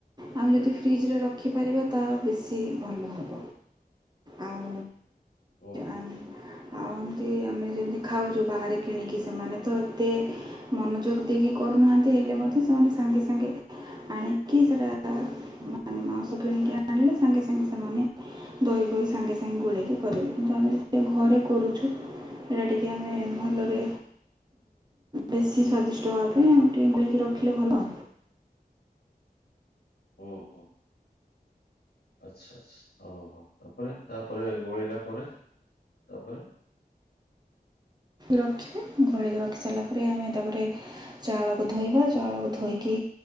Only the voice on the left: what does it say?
ଓହୋ
ଓହୋ। ଆଚ୍ଛା ଆଛା ହଁ ହଁ ତାପରେ ତାପରେ ଗୋଳେଇଲା ପରେ ତାପରେ